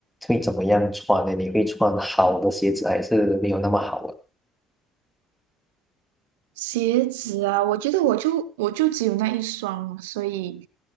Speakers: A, in the centre; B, on the right (about 85°).
A: 会怎么样穿呢？你会穿好的鞋子还是没有那么好啊
B: 鞋子啊，我觉得我就我就只有那一双所以